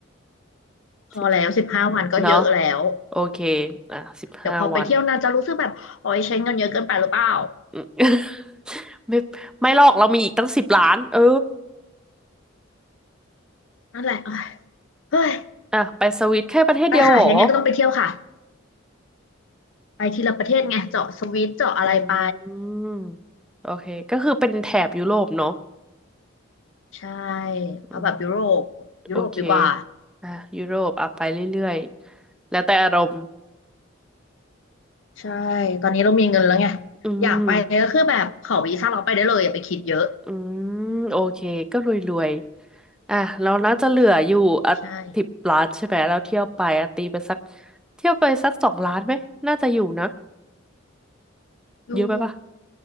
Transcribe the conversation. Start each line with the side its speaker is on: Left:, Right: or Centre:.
Left: พอแล้วสิบห้าวันก็เยอะแล้ว
Centre: สิบเนาะ โอเคอ่ะสิบห้าวัน
Left: เดี๋ยวพอไปเที่ยวนาจะรู้สึกแบบโอ้ยใช้เงินเยอะเกินไปหรือเปล่า
Centre: อืม <laughs> ไม่ไม่หรอกเรามีอีกตั้งสิบล้านเออ
Left: นั่นแหละเอ้ยเฮ้ย
Centre: อ่ะไปสวิตแค่ประเทศเดียวเหรอ
Left: ไปค่ะยังไงก็ต้องไปเที่ยวค่ะไปทีละประเทศไงเจาะสวิตเจาะอะไรไป
Centre: อืมโอเคก็คือเป็นแถบยุโรปเนาะ
Left: ใช่
Centre: อืม
Left: เอาแบบยุโรปยุโรปดีกว่า
Centre: โอเคอ่ะยุโรปอ่ะไปเรื่อยๆแล้วแต่อารมณ์
Left: ใช่ตอนนี้เรามีเงินแล้วไง
Centre: อืม
Left: อยากไปก็คือแบบขอวีซ่าเราไปได้เลยอย่าไปคิดเยอะ
Centre: อืมโอเคก็รวยๆอ่ะเราน่าจะเหลืออยู่อ่ะสิบล้านใช่ไหมเราเที่ยวไปอ่ะตีไปสัก
Left: ใช่
Centre: เที่ยวไปสักสองล้านไหมน่าจะอยู่นะ
Left: อยู่
Centre: เยอะไปปะ